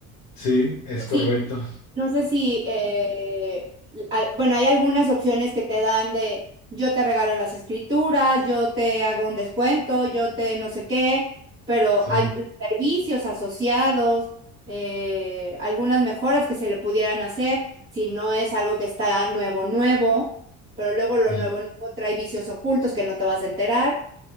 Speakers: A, on the left (about 70°); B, on the right (about 20°).
A: sí, es
B: Pues
A: correcto.
B: Sí, no sé si, eh, al- bueno, hay algunas opciones que te dan de yo te regalo las escrituras, yo te hago un descuento, yo te no sé qué, pero
A: Sí,
B: hay servicios asociados, eh, algunas mejoras que se le pudieran hacer si no es algo que está nuevo, nuevo, pero luego lo
A: sí,
B: nuevo, nuevo trae vicios ocultos que no te vas a enterar